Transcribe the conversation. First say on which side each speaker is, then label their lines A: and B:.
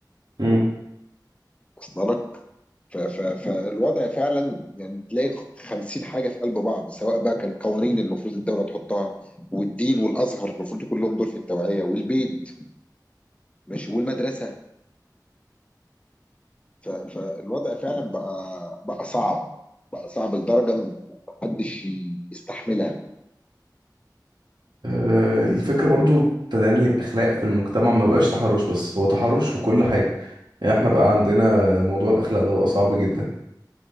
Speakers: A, on the right; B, on the left.
A: امم
B: اصلا ف- ف- فالوضع فعلا يعني تلاقي خمسين حاجة في قلب بعض سواء بقى كان قوانين المفروض الدولة تحطها والدين والأزهر المفروض يكون لهم دور في التوعية والبيت ماشي والمدرسة ف- فالوضع فعلا بقى بقى صعب بقى صعب لدرجة إن محدش يستحملها
A: آه، الفكرة برضو تدني الأخلاق في المجتمع ما بقاش تحرش بس هو تحرش في كل حاجة يعني احنا بقى عندنا موضوع الأخلاق ده بقى صعب جدا